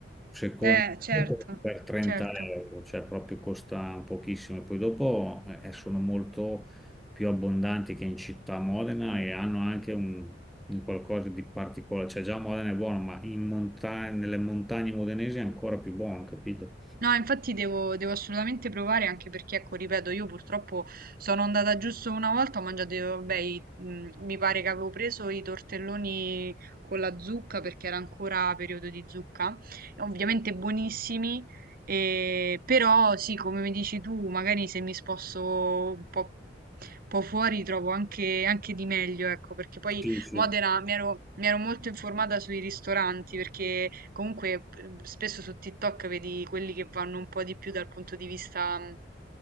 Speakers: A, in the centre; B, on the right.
A: secondi
B: Eh, certo,
A: per 30
B: certo.
A: euro, cioè proprio costa pochissimo. E poi dopo eh, eh, sono molto più abbondanti che in città a Modena e hanno anche un, un qualcosa di particolare. Cioè già Modena è buono, ma in monta- nelle montagne modenesi è ancora più buono, capito?
B: No, infatti devo, devo assolutamente provare anche perché, ecco, ripeto, io purtroppo sono andata giusto una volta, ho mangiato, eh, vabbè, i- mh, mi pare che avevo preso i tortelloni con la zucca perché era ancora periodo di zucca, ovviamente buonissimi, eh, però sì, come mi dici tu, magari se mi sposto un po', un po' fuori trovo anche, anche di meglio, ecco, perché poi
A: Sì, sì.
B: Modena mi ero, mi ero molto informata sui ristoranti perché comunque eh, spesso su TikTok vedi quelli che vanno un po' di più dal punto di vista, mh,